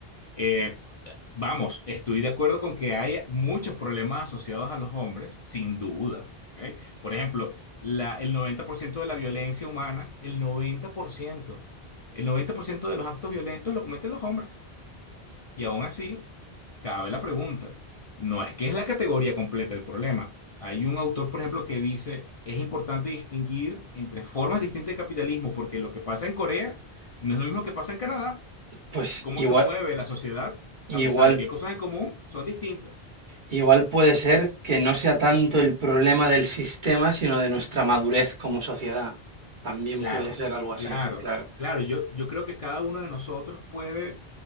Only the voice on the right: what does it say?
pues
igual,
igual,
igual puede ser que no sea tanto el problema del sistema, sino de nuestra madurez como sociedad. También
puede ser algo así,
claro.